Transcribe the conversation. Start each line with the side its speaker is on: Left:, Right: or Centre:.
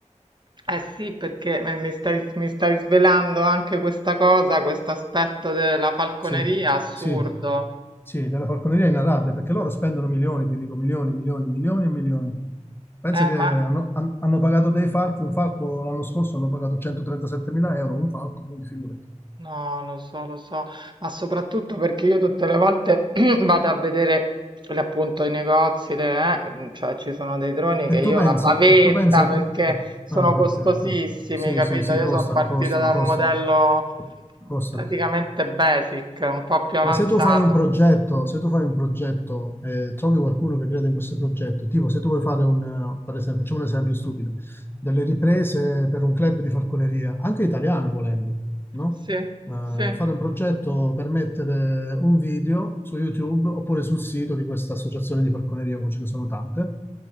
Right: Eh sì, perché eh, mi stai, mi stai svelando anche questa cosa, questo aspetto della falconeria
Left: Sì,
Right: assurdo.
Left: sì, sì, della falconeria in Arabia, perché loro spendono milioni, ti dico milioni, milioni, milioni e milioni. Pensa
Right: Eh,
Left: che hanno,
Right: ma
Left: han- hanno pagato dei falchi, un falco l'anno scorso hanno pagato 137.000 euro, un falco, quindi figurati.
Right: No, lo so, lo so, ma soprattutto perché io tutte le volte <clears throat> vado a vedere le- appunto i negozi, le- eh, cioè ci sono dei droni che
Left: E
Right: io
Left: tu pensa,
Right: la bavetta
Left: e tu pensa
Right: perché
Left: che... e-
Right: sono
Left: ah,
Right: costosissimi,
Left: ok, ok. Sì,
Right: capito?
Left: sì, sì,
Right: Io
Left: costano,
Right: sono partita
Left: costano,
Right: dal
Left: costano.
Right: modello
Left: Costano.
Right: praticamente basic, un po' più avanzato.
Left: Ma se tu fai un progetto, se tu fai un progetto e trovi qualcuno che crede in questo progetto, tipo se tu vuoi fare un, eh, per esempio, facciamo un esempio stupido, delle riprese per un club di falconeria, anche italiano volendo, no?
Right: Sì,
Left: Eh,
Right: sì,
Left: fare un progetto per mettere un video su YouTube oppure sul sito di questa associazione di falconeria, come ce ne sono tante,